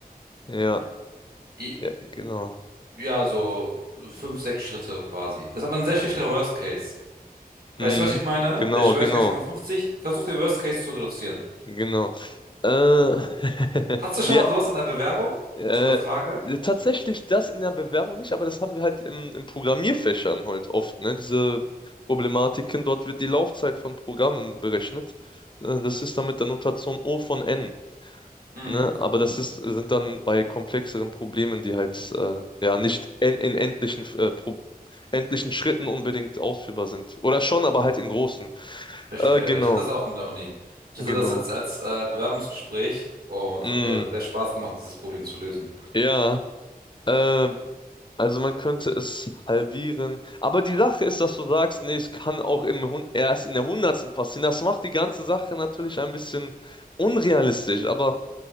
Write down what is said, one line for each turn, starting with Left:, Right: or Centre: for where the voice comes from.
Left: ja,
Right: i-
Left: ja, genau.
Right: ja, so 5 6 Schritte quasi. Das ist aber ein sehr schlechter Worst Case. Weißt
Left: Hm,
Right: du, was ich meine?
Left: genau,
Right: Der Worst
Left: genau,
Right: Case von 50, versuch den Worst Case zu reduzieren.
Left: genau. Äh, <laughs>
Right: Hast du schon
Left: ja,
Right: mal sowas in der Bewerbung?
Left: Äh,
Right: So eine Frage?
Left: tatsächlich das in der Bewerbung nicht, aber das haben wir halt im, im Programmierfächern halt oft, ne? Diese Problematiken, dort wird die Laufzeit von Programmen berechnet. Äh, das ist dann mit der Notation O von N,
Right: Mhm,
Left: ne? Aber das ist, sind dann bei komplexeren Problemen, die halt äh, ja nicht en in endlichen, äh, Pro endlichen Schritten unbedingt ausführbar sind. Oder schon, aber halt in großen.
Right: verstehe.
Left: Äh, genau,
Right: Ich hatte das auch in der Uni. Ich
Left: genau.
Right: hatte das jetzt als äh, Bewerbungsgespräch und
Left: Mm,
Right: es hat mir sehr Spaß gemacht, dieses Problem zu lösen.
Left: ja. Ähm, also man könnte es halbieren. Aber die Sache ist, dass du sagst, nee, es kann auch im Hun erst in der Hundertsten passieren. Das macht die ganze Sache natürlich ein bisschen unrealistisch. Aber